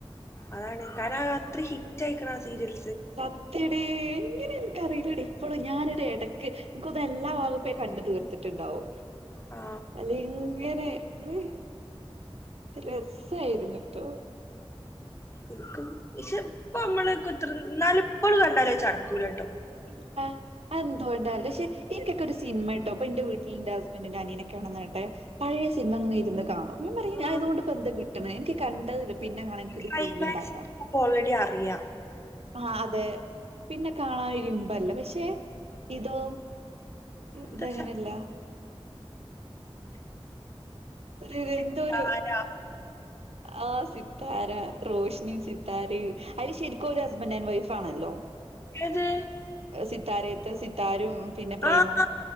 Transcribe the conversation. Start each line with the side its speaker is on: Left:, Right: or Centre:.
Left: അതാണ് കാരണം അഹ് അത്ര ഹിറ്റ് ആയിക്ണ് ആ സീരിയൽ
Right: സത്യ ടീ ങ്ങനെ ഇൻക്ക്അറിയില്ലടി ഇപ്പോളും ഞാനരു ഇടക്ക് ൻക്കോന്ന എല്ലാ വാകപ്പേ കണ്ട് തീർത്തിട്ടുണ്ടാവും
Left: ആ
Right: അല്ലെ ങ്ങനെ അഹ് രസായിരുന്നുട്ടോ
Left: ഇൻക്കും ഇഷേ ഇപ്പമ്മള് കുതൃ നാല് പ്പളുത് കണ്ടാലും അയ് ചടക്കൂലാട്ടോ
Right: ഇല്ല അത് എന്തുകൊണ്ടാറില്ല പക്ഷെ എനിക്കൊക്കെ ഒരു സിനിമ ട്ടോ പൊ ഇന്റെ വീട്ടിൽ ഇന്റെ ഹസ്ബൻഡന്റെ അനിയനൊക്കെ <unintelligible> പഴയ സിനിമങ്ങ ഇരുന്ന് കാണു ഞാ പറയും
Left: ആ
Right: ഞാൻ ഇതുകൊണ്ട് ഇപ്പോ എന്ത് കിട്ടണ എനിക്ക് കണ്ടതില് പിന്നെ കാണൻ എനിക്കൊരു
Left: ക്ലൈമാക്സ്
Right: ത്രീല്ല് ഉണ്ടാവ് ല
Left: നമുക്ക് ഓൾറെഡി അറിയാം
Right: ആഹ് അതെ പിന്നെ കാണാൻ ഒരിമ്പല്ല പക്ഷെ ഇതോ
Left: ഇത്
Right: ഇതെങ്ങനെയല്ല
Left: ശ-
Right: ഒരു
Left: സിത്താര
Right: എന്തോരു ആഹ് സിത്താര റോഷനിയും സിത്താരയു അയ്ല് ശരിക്കും ഒരു ഹസ്ബൻഡറ് ആൻ വൈഫ് ആണല്ലോ
Left: ഏത്
Right: സിത്താരയത്തെ സിത്താരും പിന്നെ പ്രേമും
Left: ആഹ്